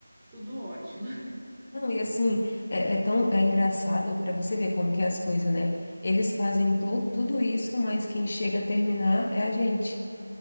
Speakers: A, on the right; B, on the left.
A: tudo ótimo. <laughs>
B: Não, e assim, é, é tão é engraçado para você ver como que é as coisas, né? Eles fazem to, tudo isso, mas quem chega a terminar é a gente.